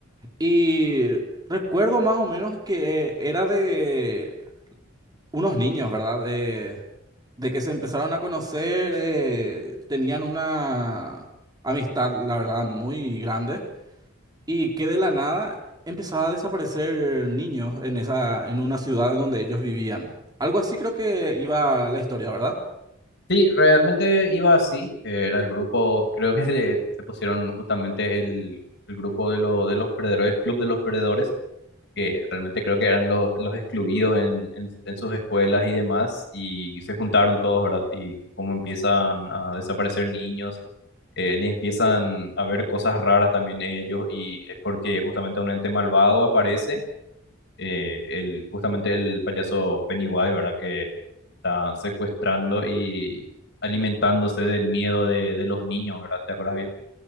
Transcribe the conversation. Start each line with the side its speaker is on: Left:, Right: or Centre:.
Right: Y recuerdo más o menos que era de unos niños, ¿verdad? De, de que se empezaron a conocer, eh, tenían una amistad, la verdad, muy grande. Y que de la nada empezaba a desaparecer niños en esa, en una ciudad donde ellos vivían. Algo así creo que iba la historia, ¿verdad?
Left: Sí, realmente iba así, eh, era el grupo, creo que <laughs> se, se pusieron justamente el, el grupo de, lo- de los perdedores, el club de los perdedores que realmente creo que eran los, los excluidos en, en, en sus escuelas y demás, y se juntaron todos, ¿verdad? Y cómo empiezan a desaparecer niños, eh, les empiezan a ver cosas raras también ellos, y es porque justamente un ente malvado aparece, eh, el, justamente el payaso Pennywise, ¿verdad? Que está secuestrando y alimentándose del miedo de, de los niños, ¿verdad? ¿Te acuerdas bien?